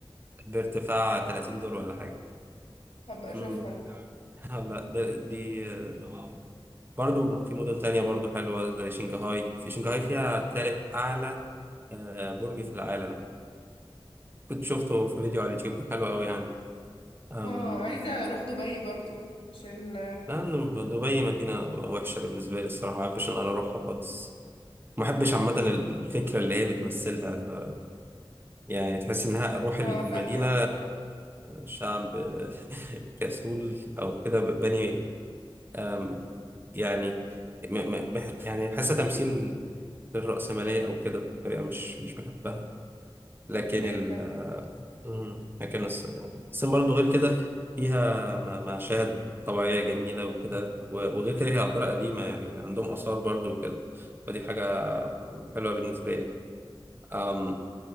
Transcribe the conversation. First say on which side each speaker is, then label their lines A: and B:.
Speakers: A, on the right; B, on the left.
A: بارتفاع 30 دور ولا حاجه
B: هبقى اشوفها
A: امم آه، لا ده دي آه، برضو في مدن تانية برضو حلوة زي شنغهاي في شنغهاي فيها تالت أعلى آه، برج في العالم كنت شفته في فيديو على اليوتيوب كان حلو قوي يعني أم...
B: اه عايزة اروح دبي برضو عشان
A: لأن دبي مدينة وحشة بالنسبة لي الصراحة ما بحبش إن أنا أروحها خالص ما بحبش عامة الفكرة اللي هي بتمثلها ال- يعني تحس إنها روح ال-
B: اه فاهمة
A: المدينة شعب <laughs> كسول أو كده بني أم، يعني م- م- بح- يعني حاسة تمثيل للرأسمالية أو كده بطريقة مش مش بحبها لكن
B: ايوه
A: ال
B: فاهم
A: مم، لكن الص- الصين برضه غير كده فيها م- مشاهد طبيعية جميلة وكده و- وغير كده هي عبارة قديمة يعني عندهم آثار برضه وكده فدي حاجة حلوة بالنسبة لي أم